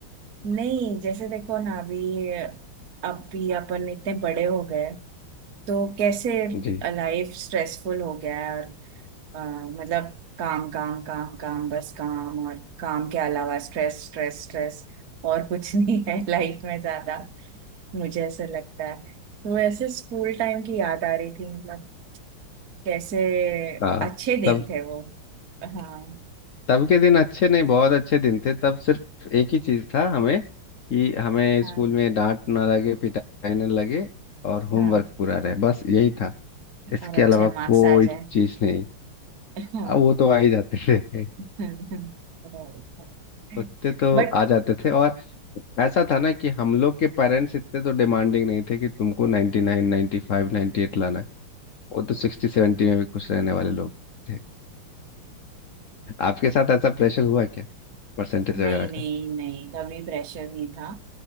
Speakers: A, on the right; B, on the left.
A: नहीं जैसे देखो ना अभी अभी अपन इतने बड़े हो गए तो कैसे
B: जी
A: लाइफ स्ट्रेसफुल हो गया है और अ, मतलब काम काम काम काम बस काम और काम के अलावा स्ट्रेस स्ट्रेस स्ट्रेस और कुछ नहीं है लाइफ में ज्यादा मुझे ऐसा लगता है तो वैसे स्कूल टाइम की याद आ रही थी मतलब कैसे
B: हाँ
A: अच्छे दिन
B: तब
A: थे वो हाँ
B: तब के दिन अच्छे नहीं बहुत अच्छे दिन थे तब सिर्फ एक ही चीज था हमें कि हमें
A: हाँ
B: स्कूल में डांट ना लगे पिटाई ना लगे और होमवर्क
A: हाँ
B: पूरा रहे बस यही था इसके
A: और अच्छे
B: अलावा
A: मार्क्स
B: कोई
A: आ जाए
B: चीज नहीं
A: हाँ
B: अब वो तो आ ही जाते थे
A: हाँ, हाँ, हाँ।
B: लगते तो
A: बट
B: आ जाते थे और ऐसा था ना कि हम लोग के पेरेंट्स इतने तो डिमांडिंग नहीं थे कि तुमको 99 95 98 लाना है वो तो 60 70 में भी खुश रहने वाले लोग थे आपके साथ ऐसा प्रेशर हुआ क्या परसेंटेज वगैरह
A: नहीं
B: का
A: नहीं नहीं कभी प्रेशर नहीं था